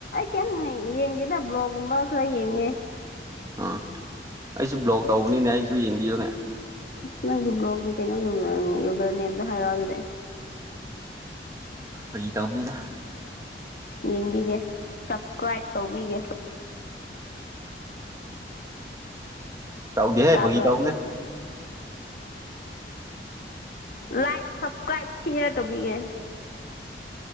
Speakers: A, on the left; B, on the right.
A: ꯀꯩꯅꯝ ꯌꯦꯡꯒꯦꯗ ꯕ꯭ꯂꯣꯛꯒꯨꯝꯕ ꯈꯔ ꯌꯦꯡꯉꯦ
B: ꯑꯥ ꯑꯩꯁꯨ ꯕ꯭ꯂꯣꯛ ꯇꯧꯕꯅꯤꯅꯦ ꯑꯩꯁꯨ ꯌꯦꯡꯕꯤꯌꯨꯅꯦ
A: ꯅꯪꯒꯤ ꯕ꯭ꯂꯣꯛꯒꯤ ꯀꯩꯅꯣ ꯌꯨꯖꯔ ꯅ ꯑꯗ ꯍꯥꯏꯔꯛꯑꯣ ꯑꯗꯨꯗꯤ
B: ꯐꯔꯤ ꯇꯧꯝꯅꯤꯅ
A: ꯌꯦꯡꯕꯤꯒꯦ ꯁꯞꯁꯀ꯭ꯔꯥꯏꯞ ꯇꯧꯕꯤꯒꯦ
B: ꯇꯧꯒꯦ ꯍꯦ
A: ꯇꯥꯕ꯭ꯔꯣ
B: ꯐꯒꯤꯤ ꯇꯧꯒꯦ
A: ꯂꯥꯏꯛ ꯁꯞꯁꯀ꯭ꯔꯥꯏꯕ ꯁꯦꯌꯥꯔ ꯇꯧꯕꯤꯒꯦ